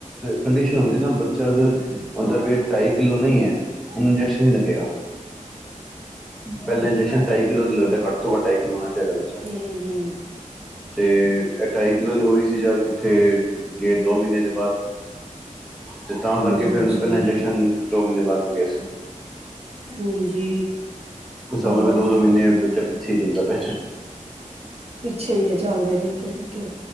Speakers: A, in the centre; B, on the right (about 45°).
A: ਕੰਡੀਸ਼ਨ ਹੁੰਦੀ ਨਾ ਬੱਚਾ ਅਗਰ ਉਹਦਾ ਪਿਆ ਟਾਈ, ਕਿਲੋ ਨਹੀਂ ਹੈ ਇਹਨੂੰ ਇੰਜੈਕਸ਼ਨ ਨਹੀਂ ਲੱਗੇਗਾ। ਪਹਿਲਾ ਇੰਜੈਕਸ਼ਨ ਢਾਈ ਕਿਲੋ ਦੀ ਲੱਗਦਾ ਘੱਟ ਤੋਂ ਘੱਟ ਢਾਈ ਕਿੱਲੋ ਹੋਣਾ ਚਾਹੀਦਾ ਬ
B: ਹੂੰ।
A: ਤੇ ਢਾਈ ਕਿਲੋ ਦੀ ਹੋਈ ਸੀ, ਜਾਂ ਕਿੱਥੇ ਡੇਢ ਦੋ ਮਹੀਨੇ ਦੇ ਬਾਅਦ, ਤੇ ਤਾਂ ਕਰਕੇ
B: ਹੂੰ
A: ਫੇਰ
B: ਹਾਂਜੀ
A: ਇਹਨੂੰ ਪਹਿਲਾਂ
B: ਹਾਂਜੀ
A: ਇੰਜੈਕਸ਼ਨ ਦੋ ਮਹੀਨੇ ਬਾਅਦ ਲੱਗਿਆ ਸੀ।
B: ਹਾਂਜੀ।
A: ਉਸ ਹਿਸਾਬ
B: ਹੋਰ
A: ਨਾਲ ਦੋ-ਦੋ ਮਹੀਨੇ ਬੱਚਾ ਪਿੱਛੇ ਚੱਲਦਾ ਪਿਆ।
B: ਪਿੱਛੇ ਹੀ ਚੱਲਦਾ, ਠੀਕ-ਠੀਕ ਐ।